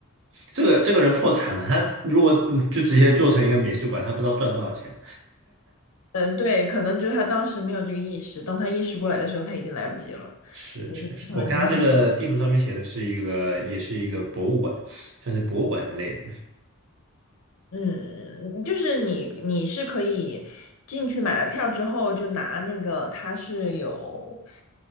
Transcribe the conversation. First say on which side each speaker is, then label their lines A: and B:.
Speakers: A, on the right; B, on the left.
A: 这个这个人破产了，他如果就直接做成一个美术馆，他不知道赚多少钱。
B: 嗯，呃对，可能就是他当时没有这个意识，当他意识过来的时候，他已经来不及了，
A: 是是是，
B: 所以就变成了今天。
A: 我看他这个地图上面写的是一个，也是一个博物馆，算是博物馆之类的。
B: 嗯，就是你你是可以进去买了票之后，就拿那个它是有，